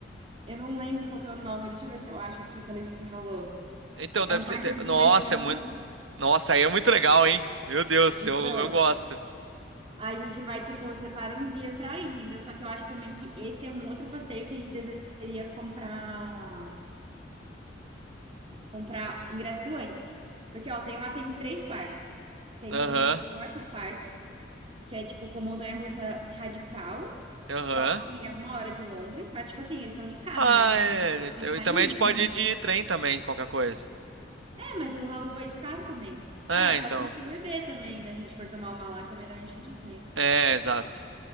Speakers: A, on the right; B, on the right.
A: Eu não lembro qual que é o nome, deixa eu ver se eu acho aqui que a Letícia falou.
B: Então,
A: É
B: deve
A: um
B: ser.
A: parque
B: de-
A: de diversão.
B: Nossa, é muito. Nossa, aí é muito legal, hein? Meu Deus,
A: Então,
B: eu, eu gosto.
A: a gente vai, tipo, separa um dia para ir, entendeu? Só que eu acho também que esse é um outro passeio que a gente deveria comprar, comprar ingresso antes. Porque, ó, tem lá tem três parques. Tem
B: Aham,
A: o Thorpe Park, que é tipo com montanha-russa radical,
B: aham.
A: só que é uma hora de Londres, mas tipo assim, eles estão de carro,
B: Ah,
A: né? Então
B: é.
A: dá pra
B: então-
A: pensar
B: E também
A: em
B: a gente
A: ir de
B: pode
A: manhã.
B: ir de trem também, qualquer coisa.
A: É, mas o Raul vai de carro também.
B: É,
A: Ah, só
B: então.
A: se ele for beber também, né? Se a gente for tomar uma lá, que é melhor a gente ir de trem.
B: É, exato.